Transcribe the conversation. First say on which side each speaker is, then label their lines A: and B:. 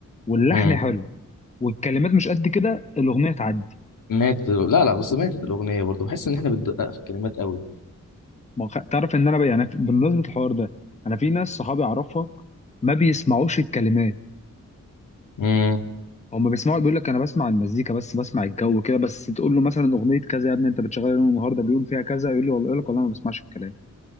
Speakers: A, on the left; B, on the left.
A: واللحن
B: امم
A: حلو والكلمات مش قد كده الاغنيه تعدي
B: ماتت لا لا بس ماتت الأغنية برضو بحس إن إحنا بندقق في الكلمات قوي
A: ما هو خ- تعرف ان انا ب- يعني بمناسبه الحوار ده انا في ناس صحابي اعرفها ما بيسمعوش الكلمات
B: امم
A: هم بيسمعوا بيقول لك انا بسمع المزيكا بس بسمع الجو كده بس تقول له مثلا اغنيه كذا يا ابني انت بتشغلها يوم النهارده بيقول فيها كذا يقول لي والله يقول لك والله ما بسمعش الكلام